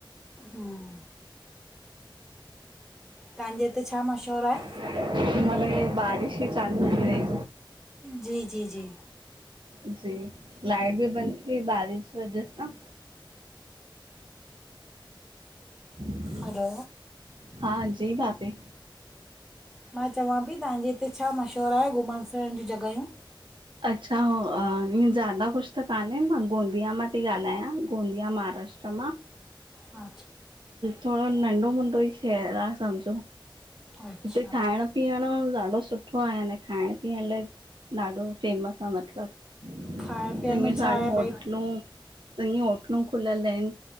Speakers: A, in the centre; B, on the right (about 70°).
A: हम्म- तव्हांजे हिते छा मशहूर आये?
B: हिन महिल एं बारिश ई चालू थी वई,
A: जी- जी -जी।
B: जी लाइट बि बंद थी वई, बारिश जी वजह सां। ह ह ह ह <inaudible>
A: हलो,
B: हा, जी भाभी?
A: मां चवां पई तव्हांजे हिते छा मशहूरु आहे, घुमण फिरण ॼी जॻहियूं?
B: अच्छा हो उ ज्यादा कुछ त कान्हे मां गोंदिया मां थी ॻाल्हायां, गोंदिया महाराष्ट्र। राष्ट्र मा <inaudible>
A: हा।
B: थोड़ो नंढो मुंढो ई शहरु आ, सम्झो।
A: अच्छा
B: हिते खाइण पीअण ॾाढो सुठो आहे, अने खाइण पीअण लाइ ॾाढो फेमस आ मतिलबु,
A: खाइण पीअण
B: ङियूं
A: में छा
B: साणियूं
A: आहे
B: होटलूं,
A: भई
B: चङीयूं होटलूं खुलियल आहिनि